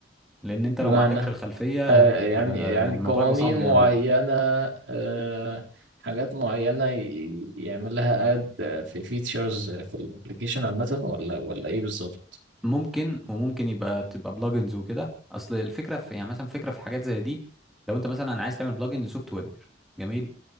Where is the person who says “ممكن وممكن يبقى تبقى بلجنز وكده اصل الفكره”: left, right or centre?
Centre